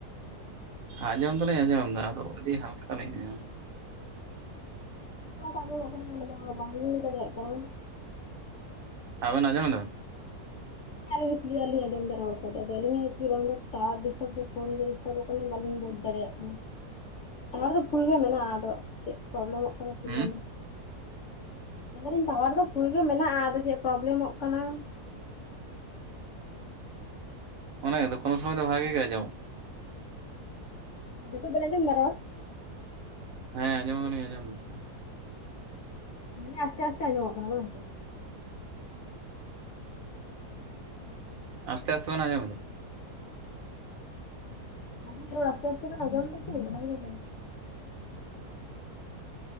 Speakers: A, on the right; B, on the left.
A: ᱟᱸᱡᱚᱢ ᱫᱚᱞᱤᱧ ᱟᱸᱡᱚᱢ ᱮᱫᱟ ᱟᱫᱚ ᱟᱹᱰᱤ ᱦᱟᱞᱠᱟ ᱞᱤᱧ ᱟᱸᱡᱚᱢᱫᱟ᱾
B: ᱪᱤᱠᱟ ᱛᱮ ᱟᱢᱚᱢᱚᱜ ᱠᱟᱱᱟ ᱚᱱᱟ ᱫᱚ ᱵᱟᱝ ᱞᱤᱧ ᱞᱟᱹᱭ ᱫᱟᱲᱮᱭᱟᱜ ᱠᱟᱱᱟ᱾
A: ᱟᱵᱮᱱ ᱟᱡᱚᱢ ᱫᱟᱵᱮᱱ?
B: ᱦᱮᱸ ᱟᱞᱤᱧ ᱫᱚ ᱠᱞᱤᱭᱟᱨ ᱞᱤᱧ ᱟᱸᱚᱢᱫᱟ ᱨᱚᱲ ᱠᱚᱫᱚ ᱟᱫᱚ ᱟᱹᱞᱤᱧᱟᱜ ᱵᱟᱝ ᱫᱚ ᱴᱟᱣᱟᱨ ᱰᱤᱥᱴᱟᱵ ᱫᱟᱭ ᱯᱷᱳᱱ ᱜᱮ ᱰᱤᱥᱴᱟᱵᱚᱜ ᱠᱟᱱᱟ ᱵᱟᱹᱞᱤᱧ ᱵᱩᱡᱽ ᱫᱟᱲᱮᱭᱟᱜ᱾ ᱚ ᱴᱟᱣᱟᱨ ᱫᱚ ᱯᱷᱩᱞ ᱜᱮ ᱢᱮᱱᱟᱜᱼᱟ ᱟᱫᱚ ᱪᱮᱫ ᱯᱨᱚᱵᱞᱮᱢᱚᱜ ᱠᱟᱱᱟ ᱠᱤᱡᱟᱱᱤ?
A: ᱦᱩᱸ
B: ᱢᱮᱱᱫᱟ ᱫᱟᱞᱤᱧ ᱴᱟᱣᱟᱨ ᱫᱚ ᱯᱷᱩᱞ ᱜᱮ ᱢᱮᱱᱟᱜᱼᱟ ᱟᱫᱚ ᱪᱮᱫ ᱯᱨᱚᱵᱽᱞᱮᱢᱚᱜ ᱠᱟᱱᱟ᱾
A: ᱚᱱᱟ ᱜᱮ ᱛᱚ ᱠᱳᱱᱳ ᱥᱚᱢᱚᱭ ᱫᱚ ᱵᱷᱟᱜᱤ ᱜᱮ ᱟᱡᱚᱢᱚᱜ
B: ᱱᱤᱛᱳᱜ ᱵᱮᱱ ᱟᱡᱚᱢ ᱫᱟᱜ ᱨᱚᱲ?
A: ᱦᱮᱸ ᱟᱸᱡᱚᱢ ᱫᱟᱹᱞᱤᱧ ᱟᱸᱡᱚᱢ ᱫᱟ᱾
B: ᱢᱟᱱᱮ ᱟᱥᱛᱮ ᱟᱥᱛᱮ ᱟᱡᱚᱢᱚᱜ ᱠᱟᱱᱟ ᱵᱟᱝ ᱥᱮ?
A: ᱟᱥᱛᱮ ᱟᱥᱛᱮ ᱵᱮᱱ ᱟᱡᱚᱢ ᱮᱫᱟ?
B: ᱟᱞᱤᱧᱟᱜ ᱨᱚᱲ ᱟᱥᱛᱮ ᱟᱥᱛᱮ ᱵᱮᱱ ᱟᱡᱚᱢ ᱫᱟᱜ ᱠᱤ ᱚᱱᱟ ᱜᱤᱞᱤᱧ ᱞᱟᱹᱭ